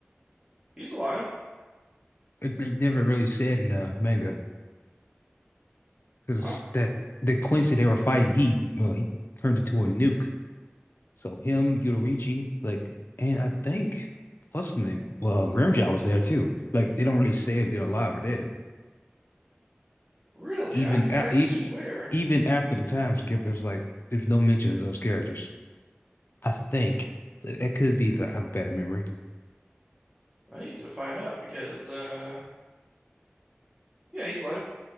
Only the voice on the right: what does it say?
he's alive.
I'm
really,
I, f-
I swear,
I need to find out because, uh, yeah, he's alive.